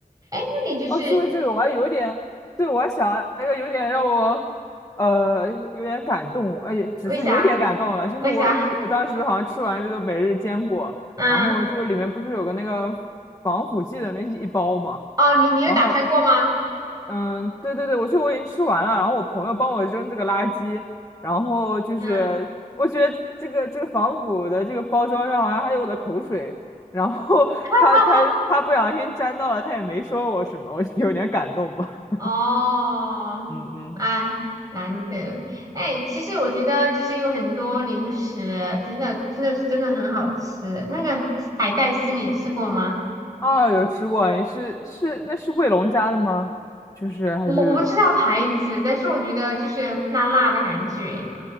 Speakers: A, on the right; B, on the left.
A: 哎，那你就是
B: 哦，说到这个，我还有一点，对，我还想那个有点让我，呃，有点感动，哎，只是有一点感动了，
A: 为啥？
B: 就是我我当时好像吃完这个每日坚果，
A: 为啥？<laughs> 嗯，
B: 然后就是里面不是有个那个防腐剂的那一包嘛，
A: 哦，你你有打开过吗？
B: 然后嗯，对对对，我就我已经吃完了，然后我朋友帮我扔这个垃圾，然后就是我觉得这个这个防腐的这个包装上好像还有我的口水。
A: 嗯，
B: 然后 <laughs>
A: 哈哈，
B: 他他他不小心沾到了，他也没说我什么，我就有点感动吧。
A: 哦，
B: 嗯嗯，
A: 哎，难得的。哎，其实我觉得其实有很多零食，真的真的是真的很好吃。那个海带丝你吃过吗？
B: 哦，有吃过，你是是那是卫龙家的吗？就是还是
A: 我我不知道牌子，但是我觉得就是辣辣的感觉。